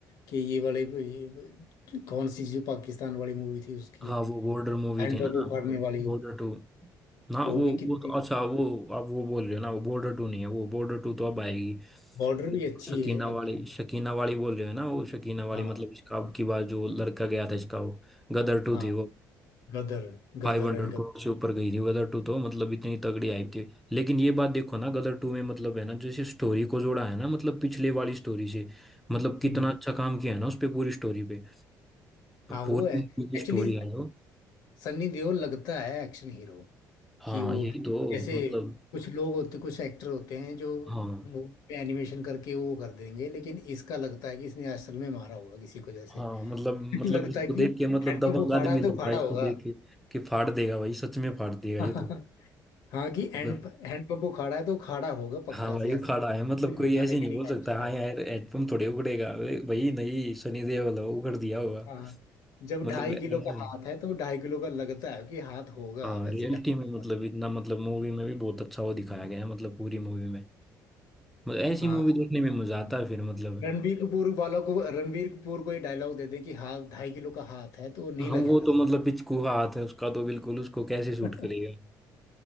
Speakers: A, on the left; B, in the centre.
A: के ये वाले ये, कौन सी जो पाकिस्तान वाली मूवी थी उसकी
B: हाँ वो बॉर्डर मूवी
A: हैंडपंप
B: थी ना
A: उखाड़ने वाली
B: बॉर्डर टू ना
A: वो
B: वो
A: भी कितनी
B: वो तो अच्छा वो आप वो बोल रहे हो ना वो बॉर्डर टू नहीं है वो बॉर्डर टू तो अब आएगी
A: बॉर्डर
B: वो
A: भी
B: तो
A: अच्छी
B: शकीना
A: है
B: वाली
A: अच्छी है।
B: शकीना वाली बोल रहे हो ना वो शकीना वाली
A: हाँ
B: मतलब इसका अब की बार जो लड़का गया था इसका वो गदर टू
A: हाँ
B: थी वो
A: गदर
B: फाइव
A: गदर
B: हंड्रेड
A: एंड गदर
B: करोड़ से ऊपर गई थी गदर टू तो मतलब इतनी तगड़ी आई थी लेकिन ये बात देखो ना गदर टू में मतलब है ना जैसे स्टोरी को जोड़ा है ना मतलब पिछले वाली स्टोरी से मतलब कितना
A: हम्म,
B: अच्छा काम किया है ना उस पे पूरी स्टोरी पे
A: हाँ
B: पूरी
A: वो है एक्चुअली
B: स्टोरी है जो
A: सनी देओल लगता है एक्शन हीरो
B: हाँ
A: कि वो
B: यही तो
A: जैसे
B: मतलब
A: कुछ लोग होते कुछ एक्टर होते हैं जो
B: हाँ
A: मूवी में एनिमेशन करके वो कर देंगे लेकिन इसका लगता है कि इसने असल में मारा होगा किसी को जैसे
B: हाँ मतलब
A: <laughs>
B: मतलब
A: लगता
B: इसको
A: है कि
B: देख के मतलब
A: हैंडपंप
B: दबंग
A: उखाड़ा
B: आदमी
A: है
B: लगता
A: तो उखाड़ा
B: है इसको
A: होगा
B: देख के कि फाड़ देगा भाई सच में फाड़ देगा
A: <laughs>
B: ये तो
A: हाँ कि हैंड
B: मतलब
A: हैंडपंप उखाड़ा है तो उखाड़ा होगा पक्का
B: हाँ भाई
A: से
B: उखाड़ा
A: ऐसा
B: है
A: सिर्फ
B: मतलब कोई
A: दिखाने
B: ऐसे
A: के
B: नहीं
A: लिए
B: बोल सकता
A: एक्शन
B: हाँ
A: है
B: यार हेडपम्प थोड़े उगड़ेगा अरे भाई नहीं सनी देओल है, उगड़ दिया होगा
A: हाँ जब
B: मतलब
A: ढाई किलो
B: ऐसा
A: का हाथ है तो ढाई किलो का लगता है कि हाथ होगा
B: हाँ
A: वैसे
B: रियलिटी
A: ढाई
B: में
A: किलो
B: मतलब
A: का
B: इतना मतलब मूवी में भी बहुत अच्छा वो दिखाया गया है मतलब पूरी मूवी में मतलब ऐसी
A: हाँ
B: मूवी देखने में मजा आता है फिर मतलब
A: रणबीर कपूर वालों को रणबीर कपूर को ये डायलॉग दे दें कि हाथ ढाई किलो का हाथ है तो वो नहीं
B: हम
A: लगेगा
B: वो तो मतलब पिचकू हाथ है उसका तो बिल्कुल उसको कैसे
A: <laughs>
B: शूट करेगा